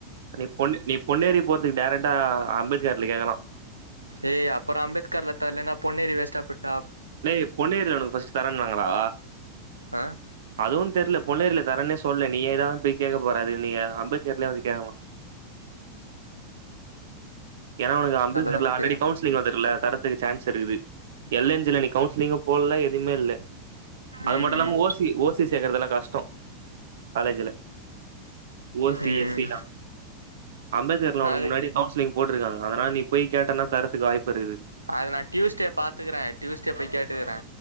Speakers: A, on the right; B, on the right.
A: நீ பொன்ன நீ பொன்னேரி போறதுக்கு டேரெக்டா அம்பேத்கர்ல கேட்கலா
B: ஏய் அப்பற அம்பேத்கர்ல தரன்னா பொன்னேரி வேஷ்டா பேய்ட்டா
A: டேய் பொன்னேரில உனக்கு ஃபஸ்ட்டு தரேனாங்களா
B: அ
A: அதுவு தெர்ல பொன்னேரியல தரேனே சொல்லல நீயே தா போய் கேட்க போறே அதுக்கு நீங்க அம்பேத்கர்லயே வந்து கேட்கலா ஏனா ஒனக்கு அம்பேத்கர்ல
B: தான் போய்
A: ஆல்ரெடி
B: கேட்கணும்.
A: கவுன்ச் சிலிங்ல வந்திர்ல தரத்துக்கு சான்ஸ் இருக்குது எல் என் ஜி ல நீ கவுன்சிலிங்கு போடல எது எதுமே இல்ல அது
B: ம்
A: மட்டுமில்லாம
B: ம்
A: ஓசி ஓசி சேர்க்கறது எல்லா கஷ்டோ காலேஜ்ஜுல ஓ சி
B: ம்
A: எஸ் சி தா அம்பேத்கர்லா உனக்
B: அது
A: முன்னாடி கவுன்சிலிங போட்டுருக்காங்க அதனால நீ போய் கேட்டனா தரத்துக்கு வாய்ப்பிருக்குது
B: அது நா டியூஸ்டே பாத்துக்குரே டியூஸ்டே போய் கேட்டுக்கிறே